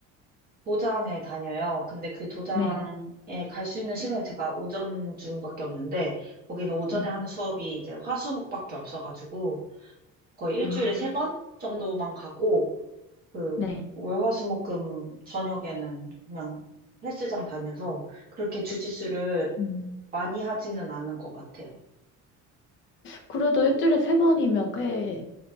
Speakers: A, on the right (about 30°); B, on the left (about 35°).
A: 도장에 다녀요. 근데 그 도장에
B: 네,
A: 갈 수 있는 시간이 제가 오전 중밖에 없는데, 거기는 오전에
B: 네.
A: 하는 수업이 이제 화수목밖에 없어가지고, 거의 일주일에
B: 아,
A: 세 번 정도만 가고, 그
B: 네.
A: 월화수목금 저녁에는 그냥 헬스장 다녀서 그렇게 주짓수를
B: 음,
A: 많이 하지는 않은 것 같아요.
B: 그래도 일주일에 세 번이면 꽤,